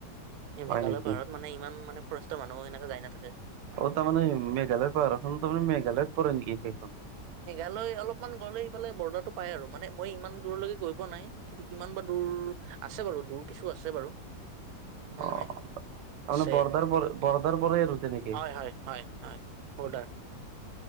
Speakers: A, on the right; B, on the right.
A: এই
B: হয়
A: মেঘালয়
B: নেকি?
A: পাহাৰত মানে ইমান মানে ফৰেষ্টৰ মানুহ এনেকে যায় নাথাকে।
B: অ তাৰ মানে মেঘালয় পাহাৰখন তাৰ মানে মেঘালয়ত পৰে নেকি সেইখন?
A: মেঘালয় অলপমান গ'লে ইফালে বৰ্ডাৰটো পাই আৰু, মানে মই ইমান দূৰলৈকে গৈ পোৱা নাই। কিন্তু কিমান বা দ দূৰ আছে বাৰু দূৰ কিছু আছে বাৰু নহোৱা
B: অ
A: নহয়।
B: তাৰমানে
A: আছে।
B: বৰ্ডাৰ পৰে বৰ্ডাৰ পৰে আৰু তেনেকে
A: হয় হয় হয় হয় বৰ্ডাৰ।